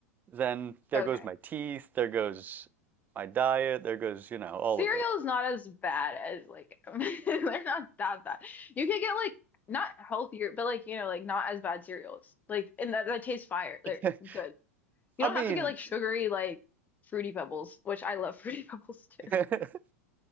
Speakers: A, on the right (about 20°); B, on the left (about 20°).
A: then there
B: Okay.
A: goes my teeth, there goes my diet, there goes, you know, all
B: Cereal's
A: of it.
B: not as bad as like <laughs> they're not that bad. You could get like not healthier, but like you know, like not as bad cereals. Like and that, that tastes fire.
A: It-
B: They're
A: <laughs>
B: good. You
A: I
B: don't
A: mean,
B: have to get like sugary like fruity pebbles, which I love <laughs> fruity pebbles too.
A: <laughs> but